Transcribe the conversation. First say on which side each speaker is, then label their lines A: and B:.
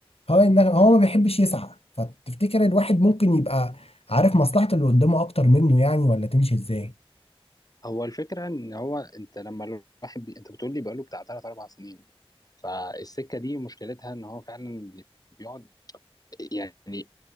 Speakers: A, on the left; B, on the left.
A: هو النغمه هو ما بيحبش يسعى فتفتكر الواحد ممكن يبقى عارف مصلحه اللي قدامه اكتر منه يعني ولا تمشي ازاي
B: هو الفكرة ان هو انت لما الواحد بي... انت بتقول لي بقاله بتاع 3 4 سنين فالسكة دي مشكلتها ان هو فعلا بيقعد يعني